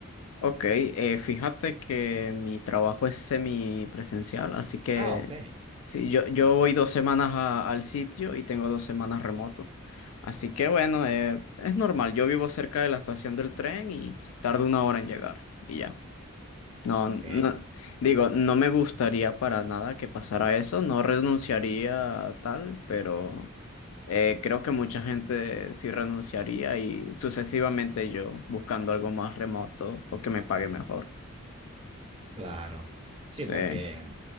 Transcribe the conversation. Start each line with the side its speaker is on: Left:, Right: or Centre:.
Left: Ok, eh, fíjate que mi trabajo es semipresencial, así que
Right: Ah, ok,
Left: sí, yo, yo voy dos semanas a- al sitio y tengo dos semanas remoto. Así que bueno, eh, es normal, yo vivo cerca de la estación del tren y tardo una hora en llegar y ya. No,
Right: ok,
Left: no, digo, no me gustaría para nada que pasara eso, no renunciaría a tal, pero eh, creo que mucha gente sí renunciaría y sucesivamente yo buscando algo más remoto o que me pague mejor.
Right: claro. Sí,
Left: Sí,
Right: porque